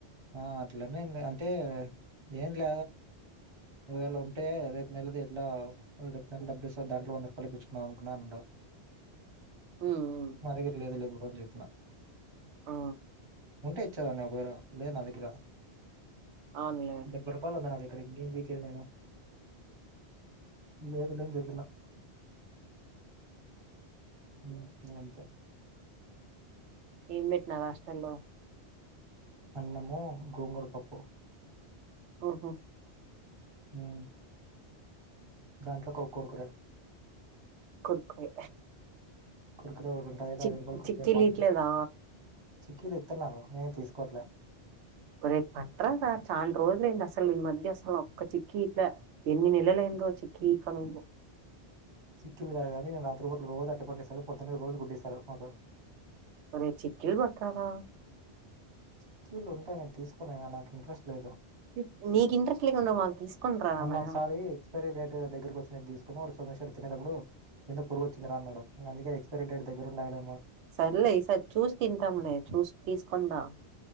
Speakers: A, on the right (about 30°); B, on the right (about 85°).
A: ఆహ్ అట్లనే ఎన్లె అంటే ఏం ల ఒకవేళ ఉంటే రేపు నెలది ఎట్లా రేపు నెల డబ్బిస్తా దాంట్లో వంద రూపాయలు ఇప్పిచుకుందాం అనుకు న్నపుడు
B: మ్మ్ మ్మ్
A: మా దగ్గర లేదు లే బ్రో అని జేప్పినా
B: ఆ
A: ఉంటే ఇచ్చేదన్న వేరు లేదు నా దెగ్గర
B: అవునులే
A: డెబ్బై రూపాయలు ఉందనా రింగింగేచేదనెను పోతలే అని జెప్పినా మ్ అదంతే
B: ఏం పెట్నారు హాస్టల్ ల్లొ
A: అన్నము గోంగూరపప్పు
B: ఒహో
A: మ్ గంట్లకో కోరుకురే
B: కురుకురే
A: కురే తింటారు
B: చి
A: ఐదు రూపాయిల కురుకురే
B: చిక్కీలు
A: బావుంటది
B: ఇట్లేదా
A: చిక్కిలు ఇతన్నారు నేను తీసుకోట్లే
B: ఒరేయ్ పట్ట్ర్ ర్ద చాన్ రోజులైంది అసలు ఈ మధ్య అసలు ఒక్క చిక్కి ఇట్ల ఎన్ని నెలలై దొ చిక్కిక నువ్వు
A: చిక్కిలు కాదు గనీ నేను రాత్రిపుటలు రోజు అర్టి పండిస్తాడు పొద్దున్నె రోజు గుడ్డిస్తాడు మాకు
B: ఒరేయ్ చిక్కి బట్రారా
A: చిక్కిలుంటయ్ నేను తీసుకున్నా గని నాకు ఇంట్రెస్ట్ లేదు
B: హుమ్ నీక్ ఇంట్రెస్ట్ లేకుండ మాక్ తీసుకొని రానా
A: మొన్న ఒకసారి ఎక్స్పైరీ డేట్ దగ్గరకు వచ్చి నేను తీసుకున్నాడు సోమేశ్వర్ తినెటప్పుడు ఎందుక్ పురుగొచ్చిందిరా అన్నాడు. ఇంగ అందుకె ఎక్స్పైరీ డేట్ దగ్గర ఉండాలె
B: సర్లే ఈ సారి చూసి తింటాం లే చూస్ తీసుకుందా